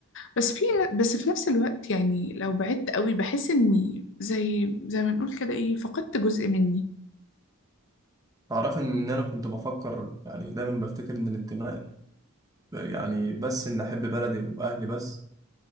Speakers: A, on the left (about 55°); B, on the right (about 15°).
A: بس في بس في نفس الوقت يعني لو بعدت قوي بحس اني زي زي ما نقول كده ايه فقدت جزء مني
B: تعرف إن أنا كنت بفكر يعني دايما بفتكر إن الانتماء يعني بس إن أحب بلدي وأهلي بس